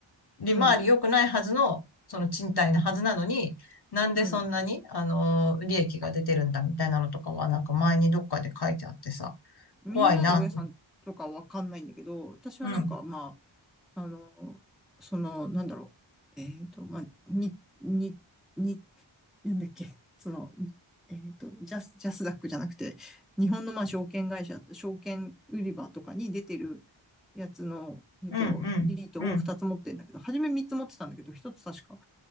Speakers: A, on the left; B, in the centre.
A: 利回り良くないはずの、
B: うん、
A: その賃貸なはずなのに、なんでそんなに、
B: うん。
A: あのー利益が出てるんだみたいなのとかは、なんか前にどっかで書いてあってさ、
B: みんなで大家さんとかわかんないんだけど、
A: 怖いな。
B: 私はなんかま
A: うん、
B: あ、あの、その、なんだろう。えっと、まあ、に、に、に、なんだっけ。その、えっと、ジャス、ジャスダックじゃなくて、日本のまあ証券会社、証券売り場とかに出てるやつの、えっと、
A: うん、
B: リートを2つ持ってんだけど、
A: うん、うん、
B: 初め3つ持ってたんだけど、1つ確か、